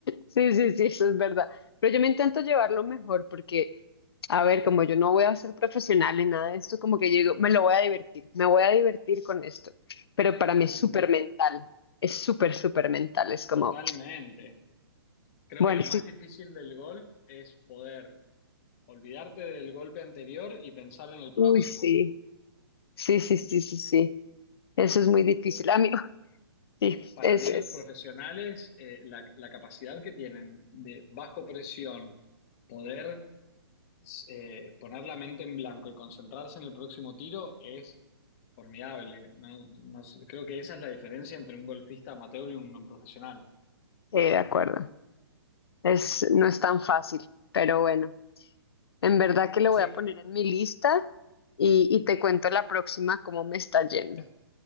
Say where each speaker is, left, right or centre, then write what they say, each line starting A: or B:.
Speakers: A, on the left; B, on the left.
A: sí, sí, sí, eso es verdad. Pero yo me intento llevarlo mejor porque, a ver, como yo no voy a ser profesional en nada de esto, como que yo digo, me lo voy a divertir, me voy a divertir con esto. Pero para mí es
B: Ujú.
A: súper mental, es súper, súper mental, es como,
B: Totalmente. Creo
A: bueno,
B: que lo más
A: sí,
B: difícil del golf es poder olvidarte del golpe anterior y pensar en el próximo.
A: uy, sí, sí, sí, sí, sí, sí. Eso es muy difícil.
B: Eh,
A: A mí, Sí,
B: para
A: es,
B: mí
A: es-
B: los profesionales, eh, la, la capacidad que tienen de bajo presión poder eh, poner la mente en blanco y concentrarse en el próximo tiro es formidable. No, No sé, creo que esa es la diferencia entre un golfista amateur y un no profesional.
A: sí, de acuerdo. Es, no es tan fácil, pero bueno, en verdad que lo
B: Así,
A: voy a poner en mi lista y, y te cuento la próxima cómo me está yendo.
B: es-